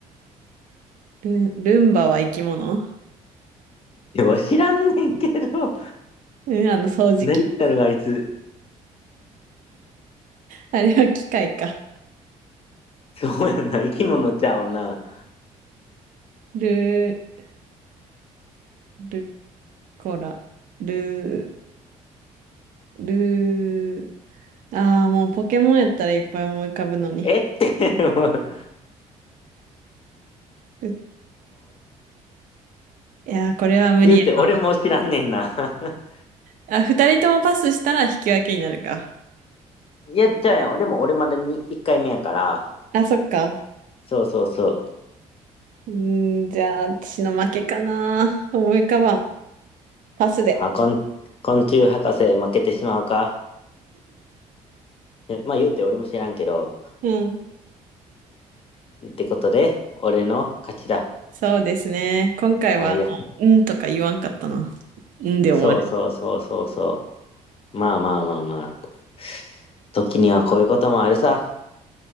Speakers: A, on the right; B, on the left.
A: ルン、ルンバは生き物
B: でも知らんねんけど、
A: うん、あの掃除機。
B: 何だろう、あいつ。
A: あれは機械か。
B: そうやんな、生き物ちゃうな。
A: ルー、ルコラ、ルー、ルー。あー、もうポケモンやったらいっぱい思い浮かぶのに。
B: えって、<laughs> もう
A: ういやー、これは無理やな。
B: 言うて俺も知らんねんな。<laughs>
A: あ、二人ともパスしたら引き分けになるか。
B: いや、ちゃうやん。俺も俺まだに1回目やから。
A: あ、そっか。
B: そうそうそう。
A: うーん、じゃあ、私の負けかな。思い浮かばん。パスで。
B: あ、こん昆虫博士負けてしまうか。えまあ言うて俺も知らんけど。
A: うん。
B: ってことで、俺の勝ちだ。
A: そうですね。今回は、
B: ああ、いや、
A: うんとか言わんかったな。うんで終わる。
B: そうそうそうそうそう。まあまあまあまあ。時にはこういうこともあるさ。